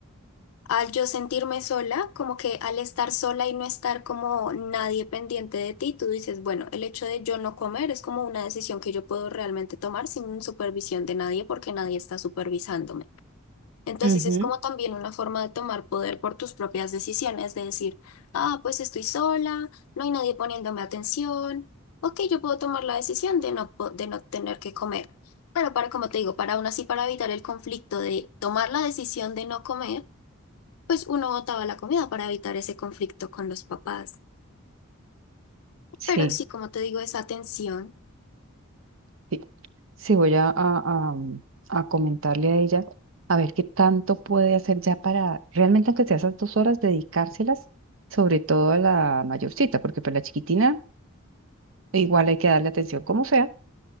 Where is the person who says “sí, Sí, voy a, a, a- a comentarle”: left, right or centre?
Right